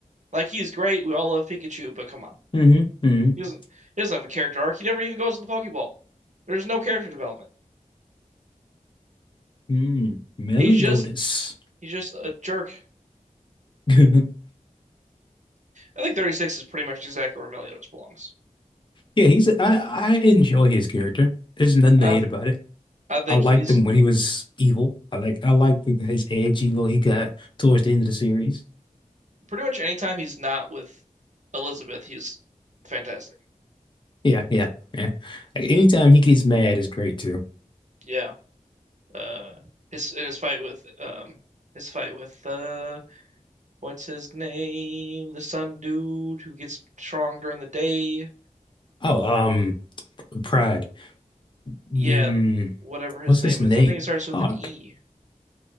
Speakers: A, on the right; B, on the left.
A: like he's great. We all love Pikachu, but come on,
B: hmm hmm
A: he doesn't he doesn't have a character arc. He never even goes to the Pokeball. There's no character development.
B: Mm. Meliodas.
A: He's just he's just a jerk.
B: <laughs>
A: I think 36 is pretty much exactly where Meliodas belongs.
B: Yeah, he's. I I enjoy his character. There's nothing to
A: I
B: hate about it.
A: I think
B: I liked
A: he's
B: him when he was evil. I like. I liked the- his edgy look he got towards the end of the series.
A: pretty much anytime he's not with Elizabeth, he's fantastic.
B: Yeah, yeah, yeah. Like, anytime he gets mad is great too.
A: Yeah. Uh, his in his fight with um his fight with uh What's his name? The sun dude who gets strong during the day.
B: Oh, um, P- Pride. Mm,
A: Yeah, whatever
B: what's
A: his name
B: his name?
A: is. I think it starts with
B: Oh,
A: an E.
B: c-